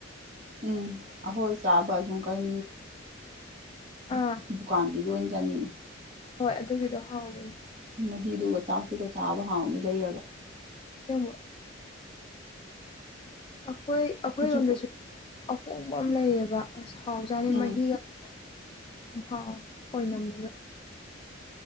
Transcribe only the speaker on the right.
ꯎꯝ ꯑꯩꯈꯣꯏ ꯆꯥꯕ ꯁꯨꯝ ꯀꯟ
ꯗꯨꯀꯥꯟꯒꯤꯗ ꯑꯣꯏꯅ ꯌꯥꯅꯤꯡꯉꯤ
ꯃꯍꯤꯗꯨꯒ ꯆꯥꯛꯇꯨꯒ ꯆꯥꯕ ꯍꯥꯎꯅꯤ ꯂꯩꯔꯒ
ꯍꯧꯖꯤꯛꯄꯨ
ꯎꯝ